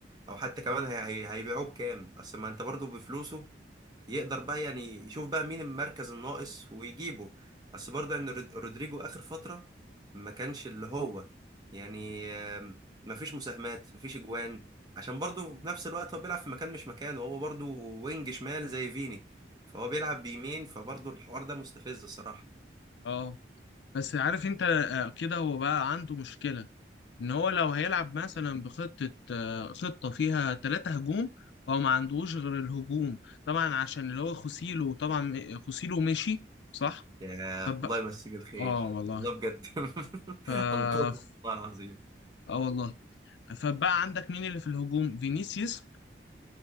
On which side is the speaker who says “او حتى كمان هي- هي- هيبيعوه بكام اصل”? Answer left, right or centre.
Right